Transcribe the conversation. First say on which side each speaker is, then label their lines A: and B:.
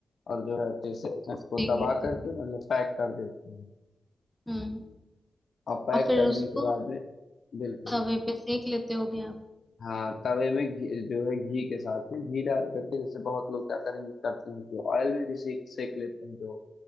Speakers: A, on the left; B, in the centre.
A: और जो है अच्छे से उसको
B: सेक
A: दबा
B: लेते
A: करके
B: हो
A: मतलब पैक कर देते हैं
B: हम्म
A: और पैक
B: और फिर
A: करने
B: उसको
A: के बाद में बिल्कुल
B: तवे पे सेक लेते हो क्या आप?
A: हाँ तवे में घी जो है घी के साथ में घी डाल करके जैसे बहुत लोग क्या करेंगे करते हैं कि ऑयल में भी सेक सेक लेते हैं जो